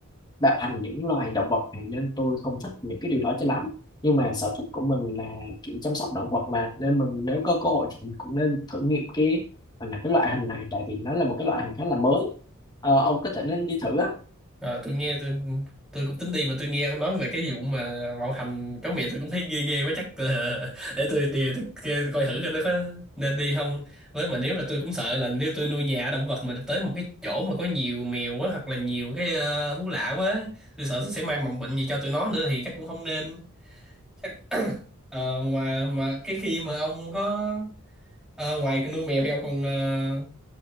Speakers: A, on the left; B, in the centre.
A: đã bạo hành những loài động vật này nên tôi không thích những cái điều đó cho lắm nhưng mà sở thích của mình là kiểu chăm sóc động vật mà nên mình nếu có cơ hội thì mình cũng nên thử nghiệm cái à, là cái loại hình này tại vì nó là một cái loại hình khá là mới Ờ, ông có thể nên đi thử á
B: Ờ, tôi nghe tôi, tôi cũng tính đi mà tôi nghe ông nói về cái vụ mà bạo hành chó mẹ tôi cũng thấy ghê ghê quá chắc là <laughs> để tôi điều tôi, kê- tôi coi thử coi nó có nên đi không với mà nếu mà tôi cũng sợ là nếu tôi nuôi nhà động vật mà tới một cái chỗ mà có nhiều mèo quá hoặc là nhiều cái ờ, thú lạ quá tôi sợ tôi sẽ mang mầm bệnh gì cho tụi nó nữa thì chắc cũng không nên chắc ờ, mà mà cái khi mà ông có ờ, ngoài nuôi mèo thì ông còn ờ,